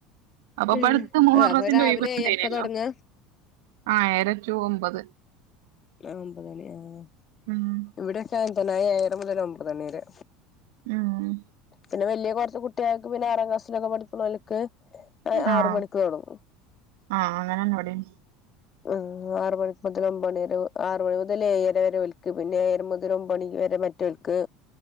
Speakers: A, on the right (about 85°); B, on the left (about 30°).
A: അപ്പ ഇപ്പട്ത്ത്
B: ഉം
A: മുഹറത്തിന്റെ
B: അപ്പൊ രാവിലെ
A: ഒഴിവ്ണ്ടായിനല്ലോ
B: ഏഴരക്കാ തൊടങ്ങ
A: ആഹ് ഏയര റ്റു ഒമ്പത്
B: ആഹ് ഒമ്പതണി ആഹ്
A: ആഹ്
B: ഇവിടെയൊക്കെ അങ്ങൻത്തന്നെ ഏഴര മുതൽ ഒമ്പത് മണി വരെ
A: ആഹ്
B: പിന്നെ വല്ല്യ കൊറച്ച് കുട്ടേൾക്ക് പിന്നെ ആറാം ക്ലാസിലൊക്കെ പഠിക്ക്ണോ ല്ക്ക് ആറ്
A: ആഹ്
B: മണിക്ക് തൊടങ്ങും
A: ആഹ് അങ്ങനെന്ന വടിം
B: ആഹ് ആറ് മണി മുതൽ ഒമ്പ മണി വരെ ആറ് മണി മുതൽ ഏയരവരെ ഒൽക്ക് പിന്നെ ഏയര മുതൽ ഒമ്പത് മണി വരെ മ. റ്റോൽക്ക്